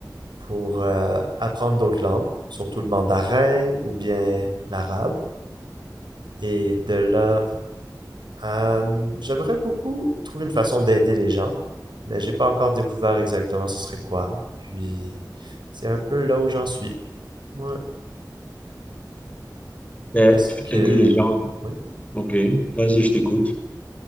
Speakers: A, on the right; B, on the left.
A: pour euh, apprendre d'autres langues, surtout le mandarin ou bien l'arabe. Et de là, euh, j'aimerais beaucoup trouver une façon d'aider les gens, mais j'ai pas encore découvert exactement ce serait quoi. Puis, c'est un peu là où j'en suis. Ouais.
B: Ben,
A: Est-ce que...
B: aider les gens.
A: Oui.
B: Ok, vas-y, je t'écoute.